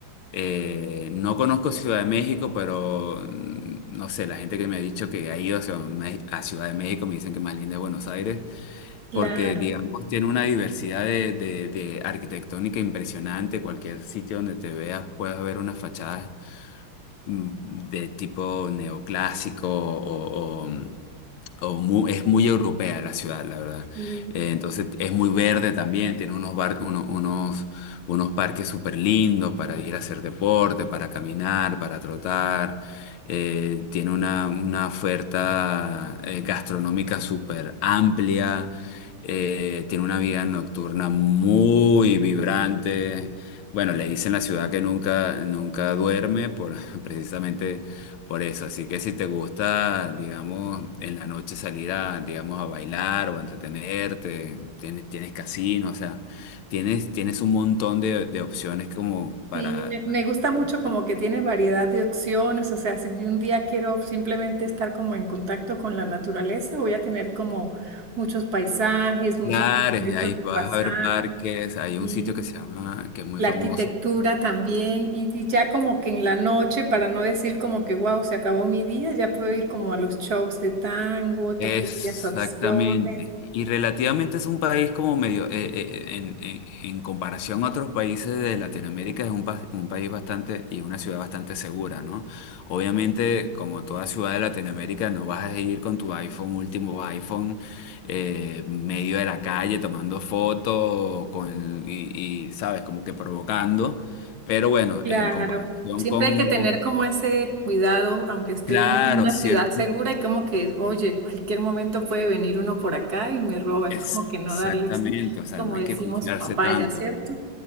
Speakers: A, on the left (about 80°); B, on the right (about 50°).
A: Eh, no conozco Ciudad de México, pero mm, no sé, la gente que me ha dicho que ha ido a Ciudad, de Mex- a Ciudad de México me dicen que más linda es Buenos Aires,
B: Claro,
A: porque digamos tiene una diversidad de, de- de arquitectónica impresionante, cualquier sitio donde te veas puedes ver unas fachadas mm, de tipo neoclásico o, o- o mu- es muy europea la ciudad, la verdad.
B: sí.
A: Eh, entonces es muy verde también, tiene unos, bar- uno- unos, unos parques súper lindos para ir a hacer deporte, para caminar, para trotar. Eh, tiene una, una oferta eh, gastronómica súper amplia. Eh, tiene una vida nocturna muy vibrante. Bueno, le dicen la ciudad que nunca, nunca duerme por, <laughs> precisamente por eso. Así que si te gusta, digamos, en la noche salir a, digamos, a bailar o a entretenerte, tienes, tienes casino, o sea, tienes, tienes un montón de, de opciones como para,
B: Sí, me, me gusta mucho
A: para hacer
B: como que tiene variedad de opciones, o sea, si un día quiero simplemente estar como en contacto con la naturaleza, voy a tener como muchos paisajes, muchos
A: lugares.
B: lugares
A: Ahí
B: donde
A: vas
B: pasar,
A: a ver parques, hay
B: sí.
A: un sitio que se llama, que es muy
B: la
A: famoso.
B: arquitectura también, y, y ya como que en la noche, para no decir como que, wow, se acabó mi día, ya puedo ir como a los shows de tango, tengo
A: Exactamente.
B: varias opciones.
A: Y relativamente es un país como medio, eh, eh, en, en- en comparación a otros países de Latinoamérica, es un, pa- un país bastante y una ciudad bastante segura, ¿no? Obviamente, como toda ciudad de Latinoamérica, no vas a ir con tu iPhone, último iPhone, eh, medio de la calle tomando fotos con, y, y, ¿sabes? Como que provocando. Pero bueno,
B: Claro,
A: en comparación
B: siempre
A: con,
B: hay que tener
A: con
B: como ese cuidado, aunque esté
A: claro,
B: en una
A: cierto.
B: ciudad segura, y como que, oye, cualquier momento puede venir uno por acá y me roba, es
A: Exactamente,
B: como que no darles,
A: o sea,
B: como
A: no hay
B: decimos,
A: que confiarse
B: papaya,
A: tanto.
B: ¿cierto?